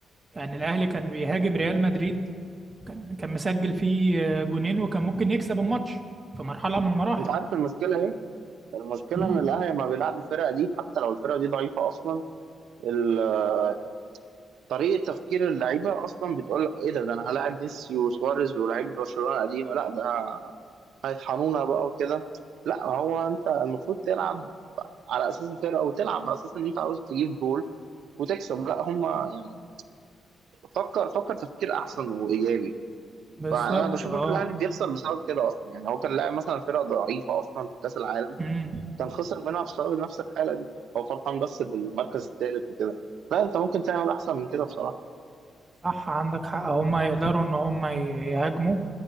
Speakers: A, on the right; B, on the right.
A: يعني الاهلي كان بيهاجم ريال مدريد كان كان مسجل فيه آه، جونين وكان ممكن يكسب الماتش في مرحله من المراحل
B: انت عارف المشكله ايه؟ المشكله
A: امم
B: ان الاهلي لما بيلعب الفرقه دي حتى لو الفرقه دي ضعيفه اصلا ال- طريقه تفكير اللعيبه اصلا بتقول لك ايه ده ده انا هلاعب ميسي وسواريز ولاعيبه برشلونه قديمه لا ده هيطحنونا بقى وكده لا هو انت المفروض تلعب على اساس الفرقه وتلعب على اساس ان انت عاوز تجيب جول وتكسب لا هم يعني فكر فكر تفكير احسن وايجابي
A: بالظبط
B: فانا بشوف
A: اه
B: الاهلي بيخسر بسبب كده اصلا يعني هو كان لاعب مثلا فرقه ضعيفه اصلا في كاس العالم
A: امم
B: كان خسر منها بسبب نفس الحاله دي هو فرحان بس بالمركز الثالث وكده لا انت ممكن تعمل احسن من كده بصراحه
A: صح عندك حق هم يقدروا ان هم ي- يهاجموا